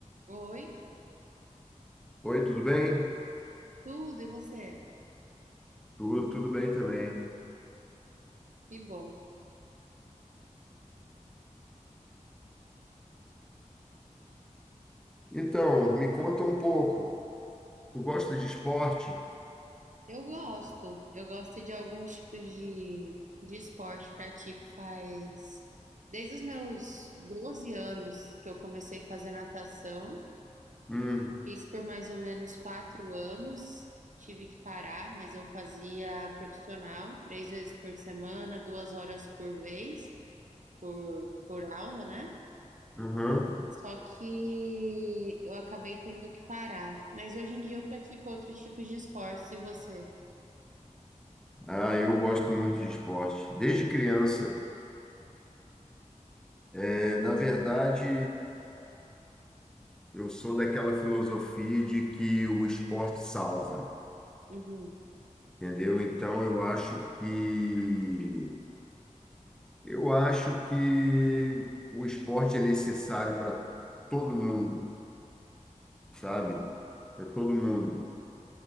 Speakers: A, on the right; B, in the centre.
A: Oi,
B: Oi, tudo bem?
A: tudo, e você?
B: Tudo, tudo bem também.
A: Que bom.
B: Então, me conta um pouco. Tu gosta de esporte?
A: Eu gosto, eu gosto de alguns tipos de, de esporte, pratico faz desde os meus 12 anos que eu comecei a fazer natação,
B: Hum,
A: fiz por mais ou menos quatro anos, tive que parar, mas eu fazia profissional, três vezes por semana, duas horas por vez, por, por aula, né?
B: uhum.
A: Só que eu acabei tendo que parar. Mas hoje em dia eu pratico outros tipos de esportes, e você?
B: Ah, eu gosto muito de esporte. Desde criança. É, na verdade, eu sou daquela filosofia de que o esporte salva,
A: Uhum,
B: entendeu? Então, eu acho que eu acho que o esporte é necessário para todo mundo, sabe? Para todo mundo.